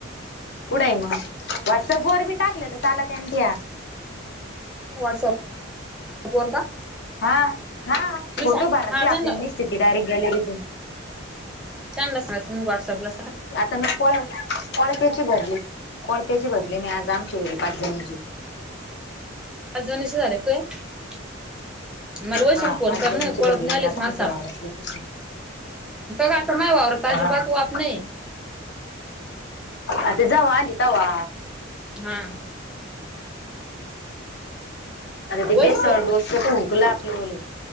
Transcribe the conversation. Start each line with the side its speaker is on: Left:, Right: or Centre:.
Left: कुढं आहे मग व्हॉट्सअप वर मी टाकलं तर ला त्यां ठ्या
Centre: वॉटसअप अर का
Left: हा हा
Centre: मी
Left: फोटो
Centre: सांग
Left: भाराची
Centre: हा त्यांना
Left: आपल्यानी स्थिती डायरेक्ट गॅलरीतून
Centre: चांला सांग मी व्हट्सअपला
Left: आता मी कोळ कोळप्याची भरली कोळप्याची भरली मी आज आमचीेवली पाच जणीची
Centre: पाजजस झाेतय आहे मला वयशल
Left: हा
Centre: फोन
Left: पाणी
Centre: कर
Left: जमिनीचे
Centre: नाही ओळख
Left: भरले
Centre: नाही आलीच
Left: आता
Centre: मला
Left: आमच्या
Centre: सांग
Left: वावरात
Centre: का का आता नाही वावर अजिबात
Left: हा
Centre: वाप नाही
Left: आता जाव आलीिता वा
Centre: हा
Left: आणि ते
Centre: वैशिष्ट
Left: बे सडोसतो हुगला आपल म्हल